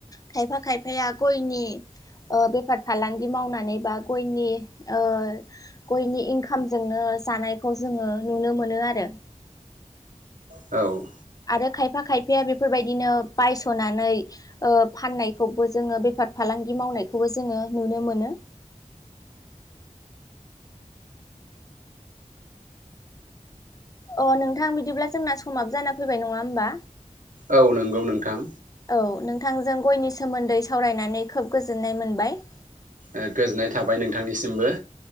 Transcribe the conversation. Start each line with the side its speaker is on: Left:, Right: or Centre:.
Left: खायफा खायफाया गयनि ओ बेफार फालांगि मावनानै बा गयनि ओ गयनि इनकामजोंनो जानायखौ जोङो नुनो मोनो आरो
Right: औ
Left: आरो खायफा खायफाया बेफोरबायदिनो बायसनानै ओ फाननायखौबो जोङो बेफार फालांगि मावनायखौबो जोङो नुनो मोनो अ नोंथां बिदिब्ला जोंना समाबो जाना फैबाय नङा होमबा
Right: औ नोंगौ नोंथां
Left: औ नोंथांजों गयनि सोमोन्दै सावरायनानै खोब गोजोननाय मोनबाय
Right: ओ गोजोननाय थाबाय नोंथांनिसिमबो